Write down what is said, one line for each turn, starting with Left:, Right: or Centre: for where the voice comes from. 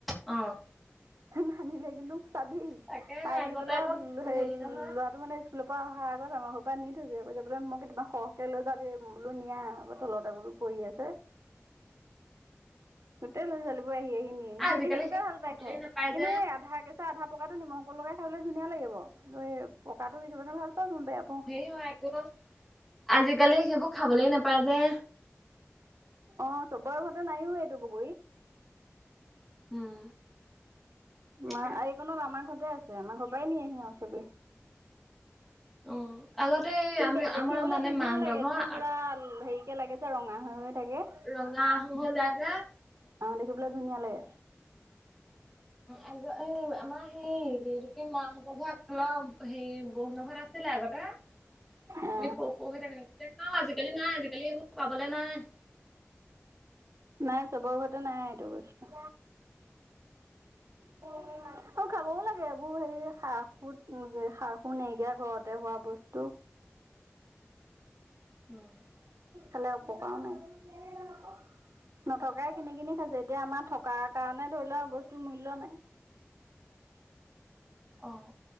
Centre: অ',
Right: নানিলে কিন্তু চাবি
Centre: তাকে
Right: আহি
Centre: আগতে
Right: পেলাই
Centre: আকৌ
Right: হে
Centre: হেৰি
Right: ল -ল'ৰাটো
Centre: নহয়
Right: মানে স্কুলৰ পৰা অহা আগত আমাৰ ঘৰ পৰা নি থৈছে কৈছে বোলে মই কেইটামান সৰহকে লৈ যাও দেই, বোলো নিয়া, তলত <unintelligible> পৰি আছে। <inaudible> গোটেই লৰা ছোৱালীবোৰে আহি আহি নিয়েহি। সিহঁতি
Centre: আজিকালি
Right: সেইবোৰকে
Centre: সেইবোৰ
Right: ভাল
Centre: খাবলে
Right: পাই খায়।
Centre: নাপায়
Right: কিন্তু
Centre: যে
Right: এই আধা কেঁচা আধা পঁকাটো নিমখ <unintelligible> লগাই খাবলৈ ধুনীয়া লাগিব <unintelligible> পকাটো কিছুমানে ভাল পাওঁ মই বেয়া পাওঁ খাই
Centre: হেৰি হয় <unintelligible> আজিকালি সেইবোৰ খাবলে নেপায় যে।
Right: অ' চবৰ ঘৰতে নাইও এইটো বগৰী।
Centre: উম তাকে
Right: মা আৰু এইকনত আমাৰ ঘৰতে আছে, আমাৰ ঘৰৰ পৰাই নিয়েহি আৰু চবে।
Centre: অ'। আগতে এই
Right: কিন্তু
Centre: আমি
Right: দেখিবলে
Centre: আমাৰ মানে
Right: ধুনীয়া
Centre: মাহঁতৰ
Right: লাগে,
Centre: ঘৰ
Right: একদম পুৰা হেৰি কে লাগে যে ৰঙা হৈ হৈ। থাকে
Centre: ৰঙা আঁহো হৈ যায় যে।
Right: অঁ দেখিবলৈ ধুনীয়া লাগে।
Centre: আৰু এই আমাৰ সেই এইটো কি মা সেতক যে আগফালৰ হেৰি বৌ হেতৰ ঘৰত নাছিলে আগতে। আমি
Right: অ
Centre: সৰু সৰু হৈ থাকোঁতেই, নেখাওঁ, <unintelligible> আজিকালি নাই আজিকালি সেইবোৰ পাবলে নাই।
Right: নাই চবৰ ঘৰতে নাই এইটো বস্তু। <unintelligible> আৰু খাবও লাগে এইবোৰ হেৰি সাৰ খু সাৰ খু নিদিয়া ঘৰতে হোৱা বস্তু। <inaudible>
Centre: <unintelligible>
Right: খালে উপকাৰো নাই। নথকাই কিনি কিনি খাইছে, এতিয়া আমাৰ থকাৰ কাৰণে ধৰি লোৱা বস্তুৰ মূল্য নাই।
Centre: অঁহ